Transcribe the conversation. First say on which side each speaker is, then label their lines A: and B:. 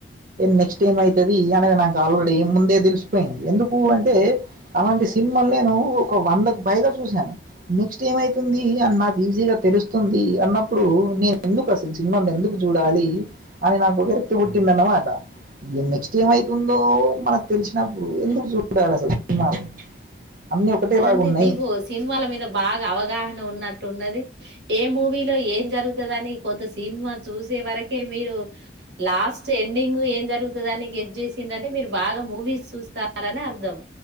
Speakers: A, on the right; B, on the right.
A: నెక్స్ట్ టైం అయితది అనేది నాకు ఆల్రెడీ ముందే తెలిసిపోయింది ఎందుకు అంటే అలాంటి సినిమాలు నేను ఒక వందకు పైగా చూశాను నెక్స్ట్ ఏం అయితుంది అని నాకు ఈజీగా తెలుస్తు ంది అన్నప్పుడు నేను ఎందుకు అసలు సినిమాలు ఎందుకు చూ డాలి అని నాకు విరక్తి పుట్టిందన్నమాట ఏ నెక్స్ట్ ఏమ్ అయితుందో మనకు తెలిచినప్పుడు ఎందుకు చూడాలసలు సినిమాలు అన్నీ ఒకటేలాగా
B: అంటే
A: ఉన్నాయి
B: మీకు సినిమాల మీద బాగా అవగాహన ఉన్నట్టు ఉన్నది ఏ మూవీలో ఏం జరుగుతదని కొంత సినిమా చూసే వరకే మీరు లాస్ట్ ఎండింగ్ ఏం జరుగుతదిని గే స్ చేసిందంటే మీరు బాగా మూవీస్ చూస్త రని అర్థం